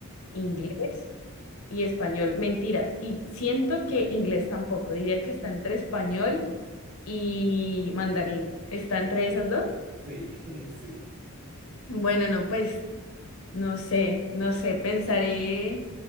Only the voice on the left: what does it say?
inglés y español. Mentiras. Y siento que inglés tampoco. Diría que está entre español y mandarín. ¿Está entre esas dos?
Bueno, no, pues no sé, no sé. Pensaré.